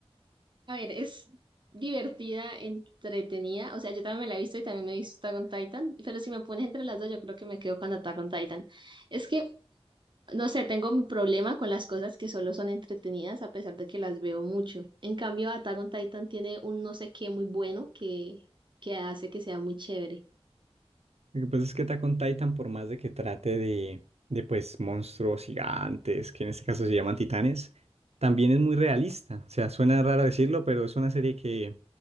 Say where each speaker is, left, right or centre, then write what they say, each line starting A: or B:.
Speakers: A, on the right; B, on the right.
A: A ver, es divertida, entretenida. O sea, yo también me la he visto y también me he visto Attack on Titan. Pero si me pones entre las dos, yo creo que me quedo con Attack on Titan. Es que, no sé, tengo mi problema con las cosas que solo son entretenidas a pesar de que las veo mucho. En cambio, Attack on Titan tiene un no sé qué muy bueno que, que hace que sea muy chévere.
B: Lo que pasa es que Attack on Titan, por más de que trate de, de pues monstruos gigantes, que en este caso se llaman titanes, también es muy realista. O sea, suena raro decirlo, pero es una serie que